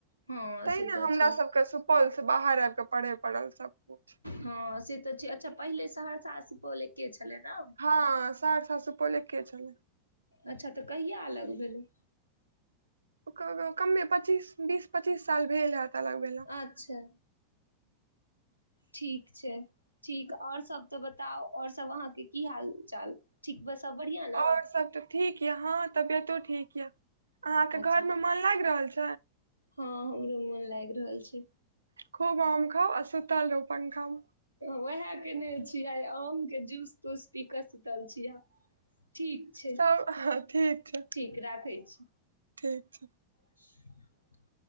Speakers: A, on the left (about 85°); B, on the right (about 75°).
A: हँ
B: तै
A: से
B: ने
A: तऽ
B: हमरा
A: छै
B: सबके सुपौलसँ बाहर आबि कऽ पढ़य पड़ल सबकिछु
A: हँ से तऽ छै अच्छा पहिले सहरसा आ सुपौल एके छलै ने
B: हँ सहरसा सुपौल एके छलै
A: अच्छा तऽ कहिया अलग भेलै
B: ओ कमे पच्चीस बीस पच्चीस साल भेल हैत अलग भेला
A: अच्छा ठीक छै ठीक आओर सब तऽ बताउ और सब अहाँके की हाल चाल ठीक बस सब बढ़िआँ ने
B: और सब तऽ ठीक य हँ तबियतो ठीक य अहाँके घरमे
A: अच्छा
B: मन लागि रहल छै
A: हँ हमरो मन लागि रहल छै
B: खूब आम खाउ आ सूतल रहू पंखामे
A: उएह कयने छियै आइ आमके जूस तूस पी कऽ सुतल छिय ठीक छै
B: सब ठीक छै
A: ठीक राखै छी
B: ठीक छै
A: <inaudible>